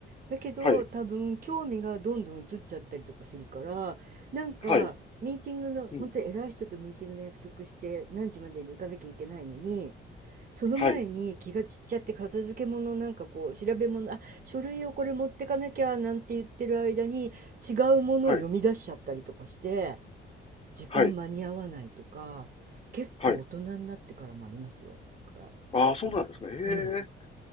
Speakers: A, on the right; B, on the left.
A: だけど、
B: はい、
A: 多分興味がどんどん移っちゃったりとかするから、なんかミーティングの、
B: はい、うん。
A: 本当に偉い人とミーティングの約束して何時までに行かなきゃいけないのに、その前に気が散っちゃって片付け物なんかこう調べ物、
B: はい、
A: あ、書類をこれ持ってかなきゃなんて言ってる間に違うものを読み出しちゃったりとかして、
B: はい、
A: 時間間に合わないとか、
B: はい、
A: 結構大人になってからもありますよ。
B: はい。
A: だから。
B: ああ、そうなんですね。へえ。う
A: うん、